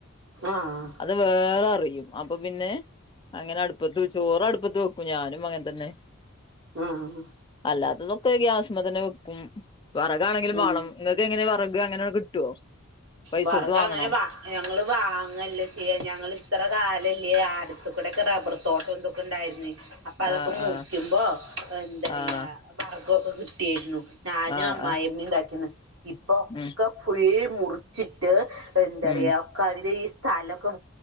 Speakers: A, on the right (about 80°); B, on the left (about 25°).
A: ആഹ്
B: അത് വേഗം അറിയും അപ്പൊ പിന്നെ അങ്ങനെ അടുപ്പത്ത് ചോറ് അടുപ്പത്ത് വെക്കും ഞാനും അങ്ങനെ തന്നെ
A: ആഹ്
B: അല്ലാത്തതൊക്കെ ഗ്യാസ്മെ തന്നെ വെക്കും വെറകാണെങ്കിലും
A: ഉം
B: വേണം ങ്ങനെ വിറക് അങ്ങനെയൊക്ക കിട്ടുവോ പൈസ
A: വിറക്
B: കൊടുത്ത് വാങ്ങണോ
A: അങ്ങനെ വാ ഞങ്ങള് വാങ്ങലല്ല ചെയ്യാ ഞങ്ങ ഇത്ര കാലല്ലേ അടുത്ത കൂടെക്കെ റബർ തോട്ടക്കെ ഉണ്ടായിരുന്നില്ലേ അപ്പൊ അതൊക്കെ
B: ആഹ്
A: മുറിക്കുമ്പോ
B: ആഹ്
A: എന്താ പറയാ
B: ആഹ്
A: വിറക്ക്കെ കിട്ടിയായിരുന്നു ഞാനും
B: ആഹ്
A: അമ്മായിഅമ്മയും
B: ആഹ്
A: ഉണ്ടാക്കിന്ന് ഇപ്പൊ ഒക്കെ
B: ഉം
A: ഫുള്ള് മുറി ച്ചിട്ട് എന്താറയാ
B: ഉം
A: അവര് ഈ സ്ഥലോക്കെ